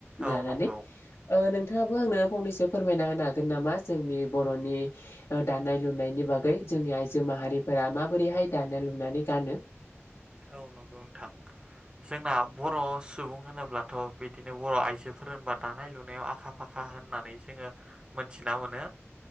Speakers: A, on the right; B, on the left.
A: औ
B: लानानै
A: नंगौ
B: ओ नों नोंथाङाबो आंनो फंनैसो फोरमायना होनो हागोन नामा जोंनि बर'नि ओ दानाय लुनायनि बागै जोंनि आइ जो माहारिफोरा माबोरैहाय दानाय लुनानै गानो?
A: औ नंगौ नोंथां। जोंना बर' सुबुं होनोब्लाथ' बिदिनो बर' आइजोफोर होनोबा दानाय लुनायाव आखा फाखा खा होननानै जोङो मोनथिना मोनो।